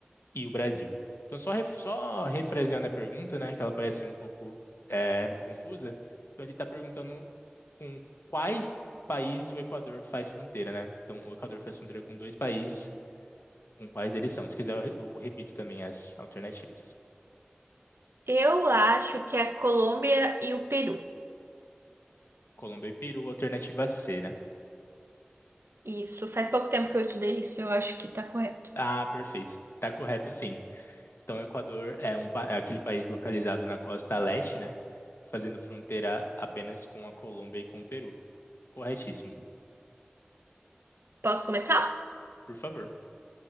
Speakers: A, on the left; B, on the right.
A: e o Brasil. Então, só, ref, só refraseando a pergunta, né, que ela parece um pouco é, confusa. Então, ele está perguntando com quais países o Equador faz fronteira, né? Então, o Equador faz fronteira com dois países, com quais eles são. Se quiser, eu, eu repito também as alternativas.
B: Eu acho que é a Colômbia e o Peru.
A: Colômbia e Peru, alternativa C, né?
B: Isso, faz pouco tempo que eu estudei isso, eu acho que tá correto.
A: Ah, perfeito. Tá correto, sim. Então, o Equador é, um, pa- é aquele país localizado na costa leste, né? Fazendo fronteira apenas com a Colômbia e com o Peru. Corretíssimo.
B: Posso começar?
A: Por favor.